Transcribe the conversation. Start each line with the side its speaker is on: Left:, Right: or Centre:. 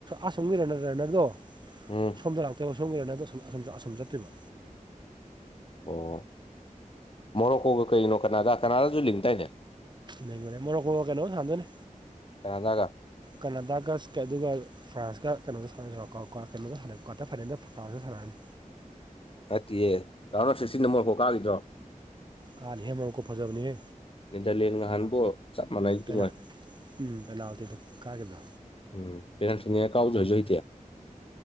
Right: ꯑꯁꯣ ꯔꯟꯅꯔꯗꯣ
Left: ꯎꯝ
Right: ꯁꯣꯝꯗ ꯂꯥꯛꯇꯕ ꯁꯁꯣꯝꯒꯤꯔ ꯅꯪꯗ ꯑꯁꯝ ꯆꯠꯇꯕ
Left: ꯑꯣ ꯃꯣꯔꯣꯛꯈꯣꯒ ꯀꯩꯅꯣ ꯀꯅꯥꯗ ꯀꯅꯥꯗꯁꯨ ꯂꯤꯡꯗꯏꯅꯦ
Right: ꯂꯩ ꯃꯅꯦ ꯃꯔꯣꯔꯣꯛꯀꯣ ꯀꯩꯅꯣ ꯊꯥꯟꯗꯣꯏꯅꯦ
Left: ꯀꯅꯥꯗꯥꯒ
Right: ꯀꯅꯥꯇꯥꯀ ꯑꯗꯨꯒ ꯐ꯭ꯔꯥꯟꯁꯀ ꯀꯩꯅꯣꯗ ꯁꯥꯟꯅ ꯀꯩꯅꯣꯗ ꯁꯥꯟꯅ ꯀ꯭ꯋꯥꯔꯇꯔ ꯐꯥꯏꯅꯦꯜꯗ ꯐ꯭ꯔꯥꯟꯁꯀ ꯁꯥꯟꯅꯔꯅꯤ
Left: ꯑꯠꯇꯦ ꯀꯅ ꯁꯤꯁꯤ ꯅ ꯃ ꯍꯣ ꯀꯥꯈꯤꯗ꯭ꯔꯣ
Right: ꯀꯥꯅꯤꯍꯦ ꯃꯣꯔꯣꯀꯣ ꯐꯖꯕꯅꯤꯍꯦ
Left: ꯅꯗ ꯂ ꯉ ꯍꯥꯟꯕꯣ ꯆꯞ ꯃꯥꯟꯅꯇꯃꯣꯏ
Right: ꯄꯦꯅꯥ ꯎꯝ ꯄꯦꯅꯥꯜꯇꯤꯗ ꯀꯥꯈꯤꯕꯗꯣ
Left: ꯎꯝ ꯄꯤꯔꯊꯅꯤꯥꯎꯖꯣꯏꯖꯏꯇ